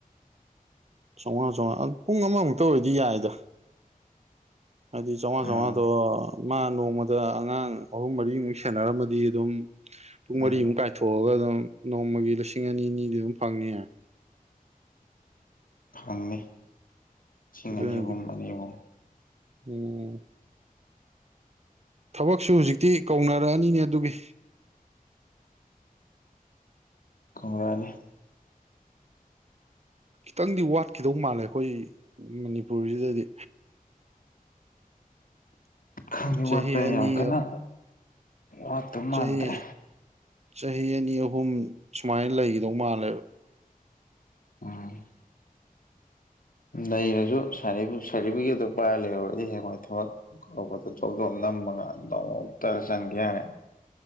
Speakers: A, on the right (about 45°); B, on the left (about 65°).
A: ꯆꯥꯝꯃꯉꯥ ꯆꯥꯝꯃꯉꯥ ꯄꯨꯡ ꯑꯃꯃꯨꯛꯇ ꯑꯣꯏꯗꯤ ꯌꯥꯏꯗ ꯍꯥꯏꯗꯤ ꯆꯉ
B: ꯑꯥ
A: ꯆꯣ ꯃꯥ ꯅꯣꯡꯃꯗ ꯑꯉꯥꯡ ꯑꯍꯨꯝ ꯃꯔꯤꯃꯨꯛ ꯁꯦꯟꯅꯔꯝꯃꯗꯤ ꯑꯗꯨꯝ ꯄꯨꯡ
B: ꯎꯝ
A: ꯃꯔꯤꯃꯨꯛ ꯀꯥꯏꯊꯣꯛꯑꯒ ꯑꯗꯨꯝ ꯅꯣꯡꯃꯒꯤ ꯂꯤꯁꯤꯡ ꯑꯅꯤ ꯑꯅꯤꯗꯤ ꯑꯗꯨꯝ ꯐꯪꯅꯤ
B: ꯈꯪꯅꯤ ꯂꯤꯁꯤꯡ
A: ꯑꯗꯨꯅꯗꯤ
B: ꯑꯅꯤ ꯑꯍꯨꯝ ꯑꯅꯤ ꯑꯍꯨꯝ
A: ꯎꯝ ꯊꯕꯛꯁꯨ ꯍꯧꯖꯤꯛꯇꯤ ꯀꯧꯅꯔꯛꯑꯅꯤꯅꯦ ꯑꯗꯨꯒꯤ
B: ꯀꯨꯝꯂꯥꯅꯤꯦ
A: ꯈꯤꯇꯪꯗꯤ ꯋꯥꯠꯈꯤꯗꯧ ꯃꯥꯜꯂꯦ ꯑꯩꯈꯣꯏ ꯃꯅꯤꯄꯨꯔꯁꯤꯗꯗꯤ
B: ꯈꯖꯤ
A: ꯆꯍꯤ
B: ꯋꯥꯠꯄ
A: ꯑꯅꯤ
B: ꯌꯥꯝ ꯀꯟꯅ ꯋꯥꯠꯇ ꯃꯥꯟꯗ꯭ꯔꯦ
A: ꯆꯍꯤ ꯆꯍꯤ ꯑꯅꯤ ꯑꯍꯨꯝ ꯁꯨꯃꯥꯏꯅ ꯂꯩꯈꯤꯗꯧ ꯃꯥꯜꯂꯦꯕ
B: ꯎꯝ ꯅꯔꯁꯨ ꯁꯥꯔꯇꯤꯐꯤꯀꯦꯠꯇꯣ ꯄꯥꯏꯔ ꯂꯩꯔꯨꯔꯗꯤ ꯍꯦꯡꯋꯥꯏ ꯊꯕꯛꯗ ꯃꯒꯛꯇꯔꯁꯈ꯭ꯅꯦ